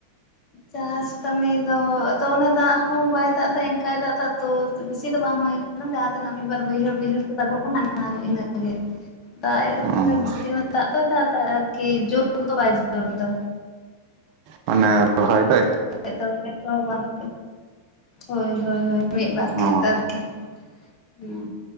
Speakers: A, on the left; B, on the right.
A: ᱪᱟᱥ ᱠᱟᱹᱢᱤ ᱫᱚ ᱟᱫᱚ ᱚᱱᱮ ᱫᱟᱜ ᱦᱚᱸ ᱵᱟᱭ ᱫᱟᱜ ᱫᱟ ᱮᱱᱠᱟᱭ ᱫᱟᱜ ᱫᱟᱜᱛᱚ ᱵᱤᱥᱤ ᱫᱚ ᱵᱟᱝ ᱦᱳᱭ, ᱢᱟᱱᱮ ᱡᱟᱦᱟᱸ ᱛᱤᱱᱟᱹᱜ ᱢᱤᱫ ᱵᱟᱨ ᱵᱟᱹᱭᱦᱟᱹᱲ ᱵᱟᱹᱭᱦᱟᱹᱲ ᱛᱮ ᱫᱟᱜᱚᱜ ᱠᱟᱱᱟ ᱤᱱᱟᱹ ᱠᱚ ᱜᱮ᱾ ᱫᱟᱜ ᱮᱜ <inaudible>
B: ᱚ
A: ᱨᱮᱦᱚᱸᱭ ᱵᱤᱥᱤ ᱫᱟᱜ ᱫᱚᱭ ᱫᱟᱜ ᱮᱫᱟ ᱟᱨᱠᱤ ᱡᱳᱨᱫᱚ ᱵᱟᱭ ᱡᱳᱨ ᱮᱫᱟ᱾
B: ᱢᱟᱱᱮ ᱨᱚᱦᱚᱭ ᱫᱚᱭ᱾
A: ᱮᱫᱚ ᱮᱛᱚ ᱵᱟᱱᱩᱜ <inaudible> ᱦᱳᱭ ᱦᱳᱭ ᱦᱳᱭ ᱢᱤᱫ ᱵᱟᱨ
B: ᱚ
A: ᱠᱷᱮᱛ ᱟᱨᱠᱤ᱾ ᱦᱩ